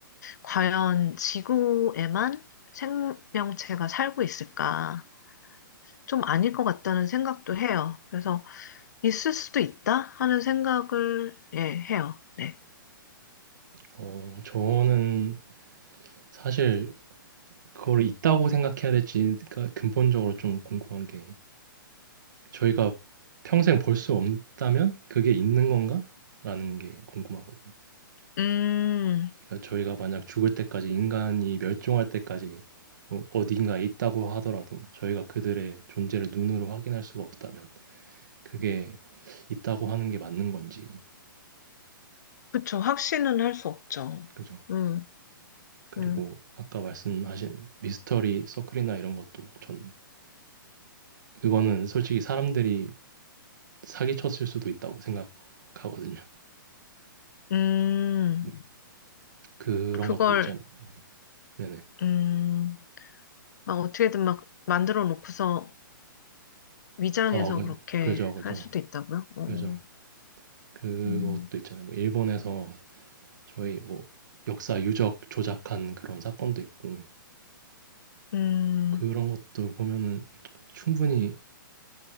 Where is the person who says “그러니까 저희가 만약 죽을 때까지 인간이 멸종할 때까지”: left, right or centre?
Right